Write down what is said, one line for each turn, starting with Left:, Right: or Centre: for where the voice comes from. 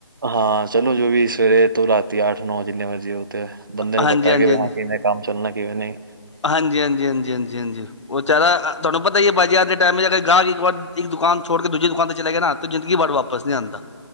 Right: ਹਾਂ ਚਲੋ ਜੋ ਵੀ ਸਵੇਰੇ ਤੋਂ ਰਾਤੀਂ ਅੱਠ ਨੌ ਜਿੰਨੇ ਮਰਜ਼ੀ ਹੋ ਤੇ ਬੰਦੇ ਨੂੰ
Left: ਹਾਂਜੀ
Right: ਪਤਾ
Left: ਹਾਂਜੀ
Right: ਕਿ
Left: ਹਾਂਜੀ।
Right: ਹਾਂ ਕੀ ਕੰਮ ਚੱਲਣਾ ਕਿਵੇਂ ਨਹੀਂ
Left: ਹਾਂਜੀ- ਹਾਂਜੀ -ਹਾਂਜੀ- ਹਾਂਜੀ- ਹਾਂਜੀ। ਉਹ ਚਾਰਾ ਤੁਹਾਨੂੰ ਪਤਾ ਹੈ ਭਾਜੀ ਅ ਦੇ ਟਾਈਮ ਅਰ ਗਾਹਕ ਇੱਕ ਵਾਰ ਇੱਕ ਦੁਕਾਨ ਛੋੜ ਕੇ ਦੂਜੀ ਦੁਕਾਨ ਤੇ ਚਲੇ ਗਿਆ ਨਾ ਜ਼ਿੰਦਗੀ ਭਰ ਵਾਪਿਸ ਵਾਪਿਸ ਨਹੀਂ ਆਂਦਾ।